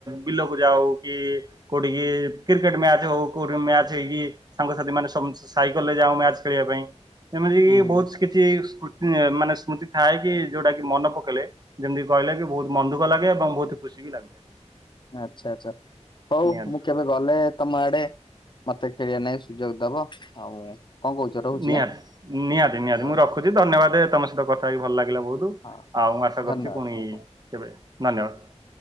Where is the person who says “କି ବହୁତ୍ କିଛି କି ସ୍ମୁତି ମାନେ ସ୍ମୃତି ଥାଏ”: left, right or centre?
Right